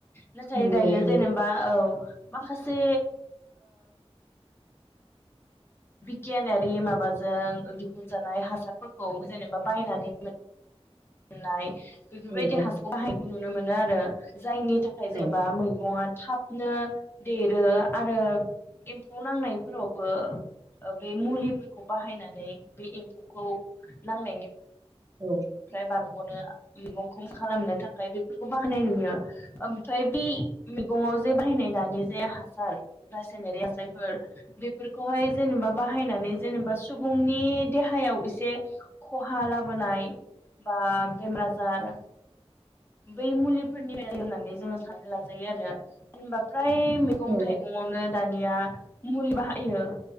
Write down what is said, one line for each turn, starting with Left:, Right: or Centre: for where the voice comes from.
Left: नाथाय
Right: नंगौ
Left: दायो
Right: नंगौ
Left: जेनेबा औ। माखासे। बिगियानारि माबाजों दिहुनजानाय हासारफोरखौ जेनेबा बायनानै। <unintelligible> बेफोरबायदि
Right: औ औ
Left: हासार बाहायनायखौ नुनो। नुनो मोनो आरो। जायनि थाखाय जेनेबा
Right: औ उम
Left: मैगंआ। थाबनो देरो आरो एम्फौ नांनायफोरावबो बे मुलिफोरखौ बाहायनानै बे एम्फौखौ। नांनायनिफ्राय।
Right: औ उम
Left: बारग'नो मैगंखौ खालामनो थाखाय बेफोरखौ बाहायनाय नुयो ओमफ्राय बे मैगंआव जे बाहायनाय दानि जे हासार रासायनारि हासारफोर। बेफोरखौहाय जेनेबा बाहायनानै जेनेबा। सुबुंनि देहायाव एसे खहा लाबोनाय। बा बेमार आजार। बै मुलिफोरनिफ्राय। <inaudible> फ्राय मैगं
Right: औ
Left: थाइगङावनो दानि। मुलि बाहायो